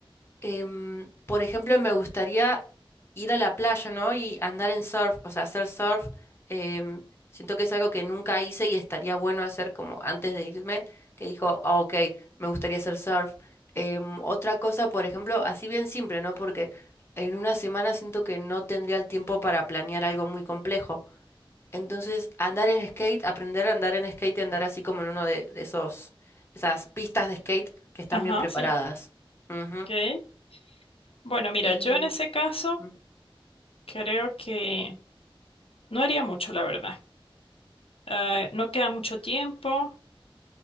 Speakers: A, on the left; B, on the left.
A: Em, por ejemplo, me gustaría ir a la playa, ¿no? Y andar en surf, o sea, hacer surf. em, siento que es algo que nunca hice y estaría bueno hacer como antes de irme, que dijo, "Ah, ok, me gustaría hacer surf. Em, otra cosa, por ejemplo, así bien simple, ¿no? Porque en una semana siento que no tendría el tiempo para planear algo muy complejo. Entonces, andar en skate, aprender a andar en skate y andar así como en uno de, de esos, esas pistas de skate que están
B: Ajá,
A: bien preparadas.
B: sí.
A: Ujú.
B: Ok. Bueno, mira,
A: Y
B: yo en ese caso
A: Mm.
B: creo que no haría mucho, la verdad. Ah, no queda mucho tiempo.